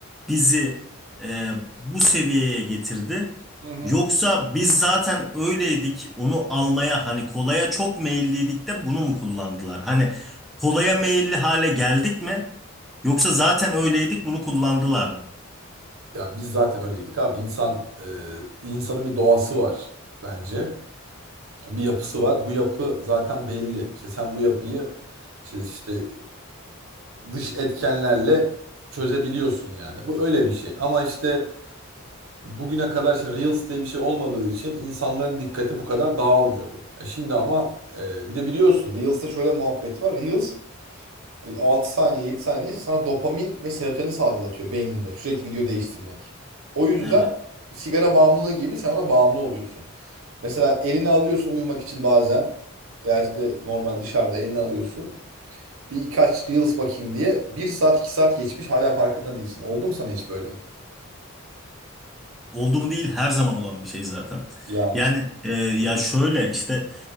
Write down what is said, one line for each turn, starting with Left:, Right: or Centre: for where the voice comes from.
Centre: bizi e, bu seviyeye getirdi?
Right: Hı hı.
Centre: Yoksa biz zaten öyleydik, onu almaya hani kolaya çok meyilliydik de bunu mu kullandılar? Hani kolaya meyilli hale geldik mi? Yoksa zaten öyleydik, bunu kullandılar mı?
Right: Ya biz zaten öyleydik abi. İnsan, e, insanın bir doğası var bence. Bir yapısı var. Bu yapı zaten belli. İşte sen bu yapıyı işte, işte dış etkenlerle çözebiliyorsun yani. Bu öyle bir şey. Ama işte bugüne kadar işte Reels diye bir şey olmadığı için insanların dikkati bu kadar dağılmıyordu. E şimdi ama e, bir de biliyorsun Reels'te şöyle muhabbet var. Reels e, 6 saniye 7 saniye neyse sana dopamin ve serotonin salgılatıyor beyninde sürekli video değiştirmek. O yüzden
Centre: Evet.
Right: sigara bağımlılığı gibi sen ona bağımlı oluyorsun. Mesela elini alıyorsun uyumak için bazen veya işte normal dışarıda elini alıyorsun. Bir birkaç Reels bakayım diye bir saat 2 saat geçmiş hala farkında değilsin. Oldu mu sana hiç böyle?
Centre: Oldu mu değil her zaman olan bir şey zaten.
Right: Yani
Centre: Yani
Right: işte.
Centre: e, ya şöyle işte